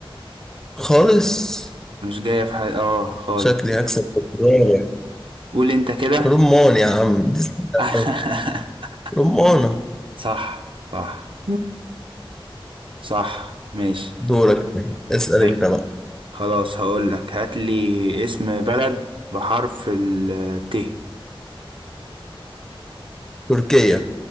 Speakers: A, in the centre; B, on the right.
A: خالص
B: مش جاية في حاجة اه خالص
A: شكلي هكسب بكرة.
B: قول انت كده
A: رمان يا عم دي سهلة
B: <laughs>
A: أوي. رمانة
B: صح صح صح ماشي
A: دورك اسأل
B: ماشي
A: أنت بقى
B: خلاص هقول لك هات لي اسم بلد بحرف الت ايه
A: تركيا